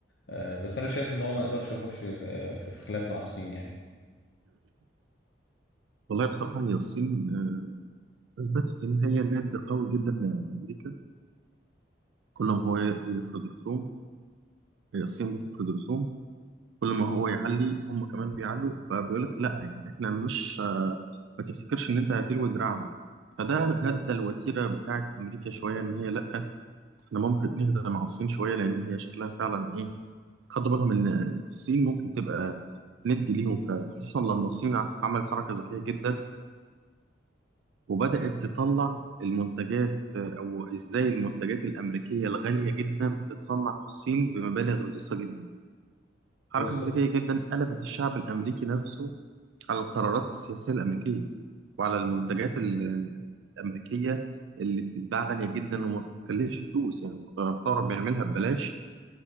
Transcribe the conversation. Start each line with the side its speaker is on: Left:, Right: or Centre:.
Left: آه، بس انا شايف ان هو ما يقدرش يخش آه، في في خلاف مع الصين يعني
Right: والله بصراحة هي الصين آه، أثبتت إن هي ند قوي جدا لأمريكا كل ما هو يفرض رسوم هي الصين بتفرض رسوم كل ما هو يعلي هم كمان بيعلوا فبيقول لك لا يعني احنا مش آه، ما تفتكرش ان انت هتلوي دراعنا فده هدى الوتيره بتاعت امريكا شويه ان هي لا احنا ممكن نهدى مع الصين شويه لان هي شكلها فعلا ايه خدوا بالهم ان الصين ممكن تبقى ندي ليهم فعلا خصوصا لما الصين ع- عملت حركه ذكيه جدا وبدات تطلع المنتجات آه، او ازاي المنتجات الامريكيه الغاليه جدا بتتصنع في الصين بمبالغ رخيصه جدا حركة
Left: بالظبط
Right: ذكية جدا قلبت الشعب الأمريكي نفسه على القرارات السياسية الأمريكية وعلى المنتجات ال- ال- الأمريكية اللي بتتباع غالية جدا وما بتكلفش فلوس يعني الثورة بيعملها ببلاش